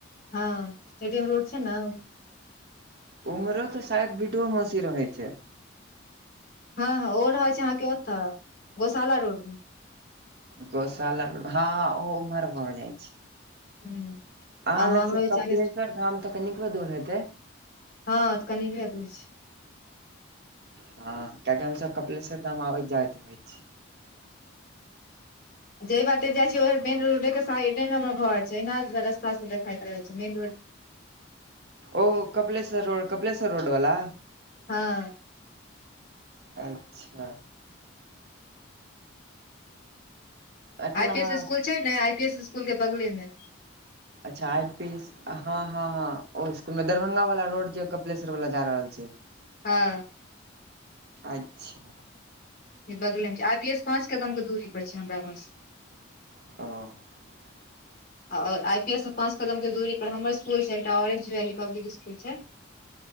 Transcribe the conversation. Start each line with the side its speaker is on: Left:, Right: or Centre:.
Left: हँ स्टेडियम रोड छै ने
Right: उमरो तऽ शायद बिडुओ मसी रहैत
Left: हँ ह ओ रहैत छै अहाँके ओत्तऽ गोशाला रोड मे
Right: गोशाला हँ ओह उमहर भऽ जाइ छै
Left: ह
Right: अहाँ
Left: आ
Right: लग
Left: हम
Right: से
Left: रहै
Right: कपिलेश्वर
Left: छी अहाँके
Right: धाम तऽ कनिको दूर हेतै
Left: हँ त कनिके दूर छै
Right: हँ किया की हम सब कपिलेश्वर धाम आबैत जाइत रहै छी
Left: जेहि बाते जाइ छी‌ओही मेन रोड साइडे हमर घर छै एना रास्ता सब देखैत रहै छै मेन रोड
Right: ओ कपलेश्वर रो कपिलेश्वर रोड वला
Left: हँ
Right: अच्छा एखन
Left: आई पी
Right: अहाँ
Left: एस स्कूल छै ने आई पी एस स्कूल के बगले मे
Right: अच्छा आइ पीस हँ हँ हँ ओ इसकूल मे दरभंगा वाला रोड जे कपिलेश्वर वाला जा रहल छै
Left: हँ
Right: <inaudible> अच्छा
Left: ई बगले मे छै आई पी एस पाँच कदम के दूरी पर छै हमरा घर सँ
Right: ह
Left: आओर आइ पी एस सँ पाँच कदम के दूरी पर हमर स्कूल छै एकटा ओरेंज वेली पब्लिक स्कूल छै